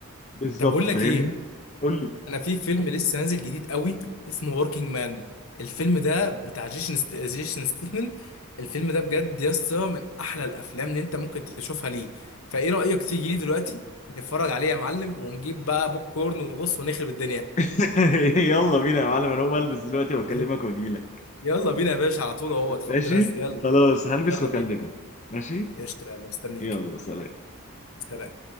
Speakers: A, on the left; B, on the left.
A: بالظبط
B: طب بقول
A: فاهمني
B: لك ايه
A: قول لي
B: انا في فيلم لسه نازل جديد قوي اسمه وركينج مان الفيلم ده بتاع جيشن ست- جيسون ستيتمنت الفيلم ده بجد يا اسطى من احلى الافلام اللي انت ممكن تشوفها ليه فايه رايك تيجي لي دلوقتي نتفرج عليه يا معلم ونجيب بقى بوب كورن وبص ونخرب الدنيا
A: <laughs> يلا بينا يا معلم انا هقوم البس دلوقتي واكلمك
B: <laughs>
A: واجيلك
B: يلا بينا يا باشا على طول اهو خبط
A: ماشي
B: لزق يلا
A: خلاص هلبس
B: يلا
A: واكلمك
B: بينا
A: ماشي
B: قشطه يلا مستنيك
A: يلا سلام
B: سلام